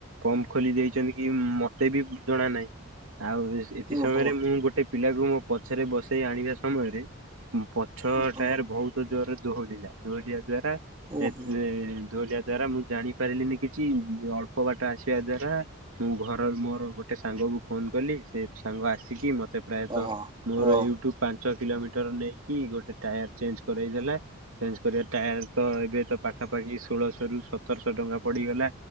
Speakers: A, on the right; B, on the right.
A: ପମ୍ପ ଖୋଲି ଦେଇଛନ୍ତି କି ମ ତେ ବି ଜଣା ନାହିଁ ଆଉ ଏଥି
B: ଓହୋ
A: ସମୟରେ ମୁଁ ଗୋଟେ ପିଲାକୁ ମୋ ପଛରେ ବସେଇ ଆଣିବା ସମୟରେ ଉ ପଛ
B: ଓହୋ
A: ଟାୟାର ବହୁତ ଜୋରେ ଦୋହଲିଲା। ଦୋହଲିଆ ଦ୍ଵାରା,
B: ଓହୋ
A: ଏଥିରେ ଦୋହଲିଆ ଦ୍ଵାରା, ମୁଁ ଜାଣି ପାରିଲିନି କିଛି। ଅଳ୍ପ ବାଟ ଆସିବା ଦ୍ଵାରା ମୁଁ ଘ ମୋର ଗୋଟେ ସାଙ୍ଗକୁ ଫୋନ୍ କଲି, ସେ ସାଙ୍ଗ ଆସିକି ମୋତେ ପ୍ରାୟତଃ
B: ଓହୋ
A: ମୋର
B: ଓ
A: ୟୁଟ୍ୟୁବ୍ ପାଞ୍ଚ କିଲୋମିଟର ନେଇକି, ଗୋଟେ ଟାୟାର ଚେଞ୍ଜ କରେଇ ଦେଲା। ଚେଞ୍ଜ କରିଆ ଟାୟାର ତ ବେ ତ ପାଖାପାଖି ଷୋଳଶହ ରୁ ସତରଶହ ଟଙ୍କା ପଡିଗଲା।